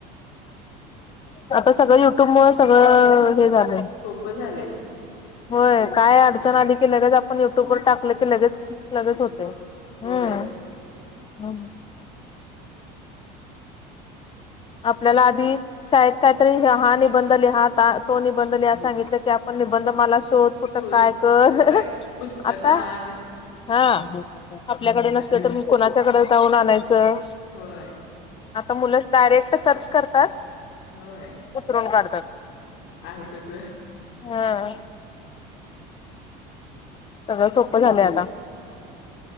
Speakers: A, on the left; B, on the left.
A: आता सगळं, युट्युब मुळे सगळं हे झालंय.
B: सोपं झाले
A: होय. काय
B: हा
A: अडचण आली की, लगेच आपण युट्यूब वर टाकल की लगेच. लगेच होतय.
B: हो होय
A: हम्म हम्म. आपल्याला आधी- शाळेत काहीतरी, हा निबंध लिहा तो निबंध लिहा सांगितलं की आपण निबंधमाला- तो कुठं
B: शोध
A: काय कर
B: होय पुस्तकान
A: आता? हा. आपल्याकडे नसलं
B: आता
A: तर म कोणा- त्याच्याकडे जाऊन आणायचं.
B: होय
A: आता मुलंच डायरेक्ट सर्च करतात.
B: होय
A: उतरवून काढतात.
B: हम्म आहे तस
A: हम. सगळं सोप्प झालंय आता.
B: होय.